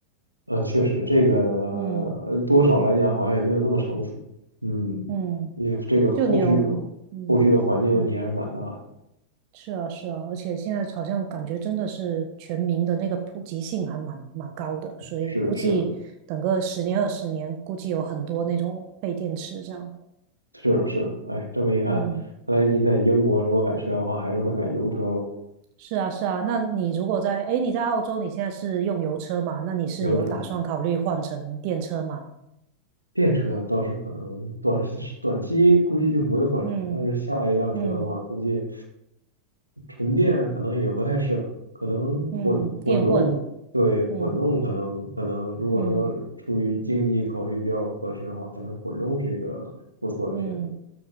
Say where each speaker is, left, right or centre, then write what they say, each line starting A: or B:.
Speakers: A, on the right; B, on the right.
A: 呃，确实这个
B: 嗯
A: 呃多少来讲好像也没有那么成熟。嗯，
B: 嗯，
A: 因为这个后续的
B: 就你有嗯嗯，
A: 后续的环境问题还是蛮大的。
B: 是啊是啊，而且现在好像感觉真的是全民的那个普及性还蛮蛮高的，所以估计等个十年二十年，
A: 是的，是的，
B: 估计有很多那种废电池这样。
A: 是的，是的。哎，这么一看，
B: 嗯。
A: 看来你在英国如果买车的话，还是会买油车喽，
B: 是啊，是啊。那你如果在，诶，你在澳洲，你现在是用油车嘛？那你是有打算考虑换成电车吗？
A: 油车。电车倒是可能短时短期估计就不会换车，
B: 嗯
A: 但是下一辆车的话，
B: 嗯
A: 估计纯电可能也不太适合，可能混混动，
B: 嗯，电混，
A: 对，
B: 嗯
A: 混动可能可能如果说出于经济考虑比较合适的话，
B: 嗯
A: 可能混动是一个不错的选择。
B: 嗯